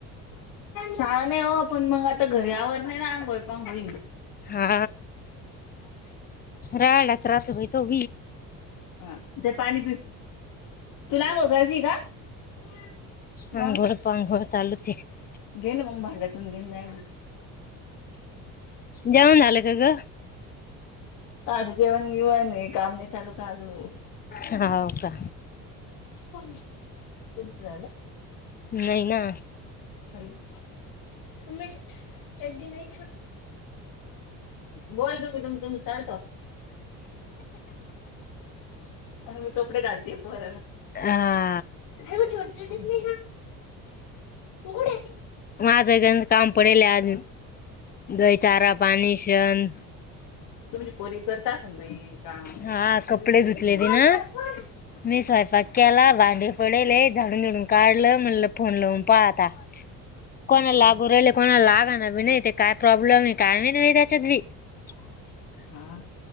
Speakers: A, on the left; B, on the left.
A: शाळा नाही हो पण मग आता घरावर नाही ना अंघोल पांगई
B: हा राडत रात भाई तो
A: ह ते पाणी पि तुला आंघोळ करायची आहे का
B: आंघोळ
A: मग
B: पांघोळ चालूच आहे
A: घेन मग भांड्यातून घेऊन जायल
B: जेऊण झालं का ग
A: काचं जेवण बिवन काम नाही का अजून
B: हो का
A: को तुमचं झालं.
B: नाही ना.
A: मी चडडी नाही बोल तुम्ही तु तुमही चालत. आणि मी कपडे घालते पोरला.
B: हा
A: चड्डीच नाही ना कोठ आहे ती
B: माज घर काम पडेल आज गयचारा पाणी शन
A: तू पोरी करता अस ना बाई काम
B: हा कपडे धुतले
A: जल्दी घेऊन
B: ती ना मी स्वायपाक केलाय भांडे पडले झाडून धुडून काढलं म्हणलं फोन लावून पाहता कोणा
A: हा
B: लागू राहिले कोणा लागा ना बी नाही ते काय प्रॉब्लेम आहे काय नाही नाही त्याच्यात बी <unintelligible>
A: हा